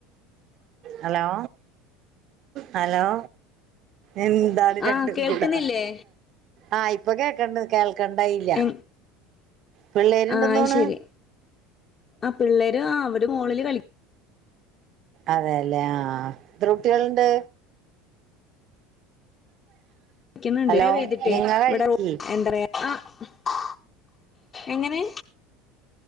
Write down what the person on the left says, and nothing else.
ആഹ് കേൾക്കുന്നില്ലേ
എ
ആഹ് ശരി ആ പിള്ളേര് ആ അവര് മുകളില് കളിക്ക.
ക്കുന്നുണ്ട്.
മഴ പെയ്തിട്ടേ
ഇവിടെ റൂ എന്താ പറയാ. ആ എങ്ങനെ.